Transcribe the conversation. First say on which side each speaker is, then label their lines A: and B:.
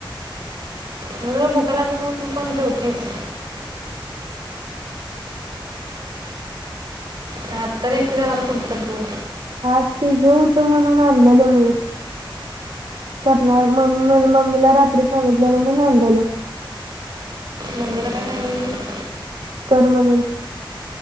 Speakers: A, on the right; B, on the right.
A: म्हणून भुका लागत्यात म्हणून, तू पण जेवतीस. नाही आता एकटी जाणार कुठंतरी तू?
B: हा ते हे होते म्हणून <unintelligible> करणार मग. मी माझ्या मम्मीला रात्री सांगितलेलं म्हून आणलेल.
A: मम्मीला काय सांगितलीस?
B: कर म्हणून.